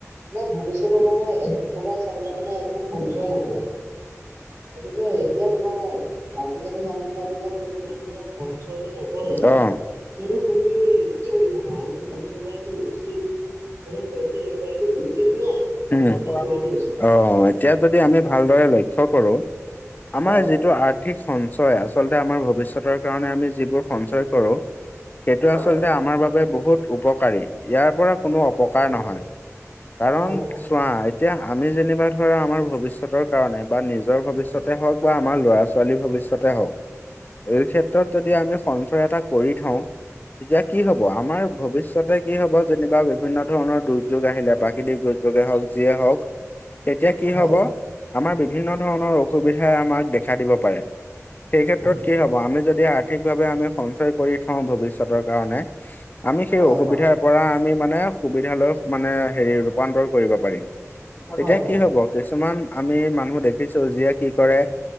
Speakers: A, on the right (about 70°); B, on the left (about 35°).
A: নে ভৱিষ্যতৰ কাৰণে এক প্ৰথ চাবলৈ গ'লে সঞ্চয় নকৰে, গতিকে এতিয়া তোমাৰ আজিকালি মানুহবিলাকে যে তোমাৰ ইমান সঞ্চয়টো নকৰে
B: অ',
A: সেইটোত তুমি কি বুলি ভাবা? এইটো সঞ্চয় কৰাটো উচিত মানে সঞ্চয় নকৰাটো উচিত নে, নে সঞ্চয়
B: উম।
A: কৰাটো উচিত?
B: অ', এতিয়া যদি আমি ভালদৰে লক্ষ্য কৰোঁ, আমাৰ
A: হয় হয়।
B: যিটো আৰ আৰ্থিক সঞ্চয় আচলতে আমাৰ ভৱিষ্যতৰ কাৰণে আমি যিবোৰ সঞ্চয় কৰোঁ সেইটো
A: হয়
B: আচলতে
A: হয়
B: আমাৰ বাবে বহুত উপকাৰী, ইয়াৰ পৰা কোনো অপকাৰ নহয়।
A: হয়
B: কাৰণ
A: হয়
B: চোৱা এতিয়া আমি যেনিবা ধৰা আমাৰ ভৱিষ্যতৰ কাৰণে বা নিজৰ ভৱিষ্যতে হওঁক বা আমাৰ ল'ৰা-ছোৱালী ছোৱালীৰ ভৱিষয়তে হওঁক। এই ক্ষেত্ৰত যদি আমি সঞ্চয় এটা কৰি থওঁ তেতিয়া কি হ'ব আমাৰ ভৱিষ্যতে কি হ'ব যেনিবা বিভিন্ন ধৰণৰ দুৰ্যোগ আহিলে, প্ৰাকৃতিক দুৰ্যোগে হওঁক, যিয়ে হওক।
A: <unintelligible>
B: তেতিয়া কি
A: হয় হয়
B: হ'ব আমাৰ বিভিন্ন ধৰণৰ অসুবিধাই আমাক দেখা দিব পাৰে। সেই
A: হয় উম
B: ক্ষেত্ৰত কি হ'ব আমি যদি আৰ্থিকভাৱে আমি সঞ্চয় কৰি থওঁ ভৱিষ্যতৰ কাৰণে। আমি সেই
A: হয় হয়
B: অসুবিধাত পৰা আমি মানে সুবিধা লৈ মানে হেৰি ৰূপান্তৰ কৰিব পাৰিম।
A: হয়
B: এতিয়া
A: হয়
B: কি হ'ব
A: নিশ্চয়
B: কিছুমান আমি মানুহ দেখিছোঁ যিয়ে কি কৰে।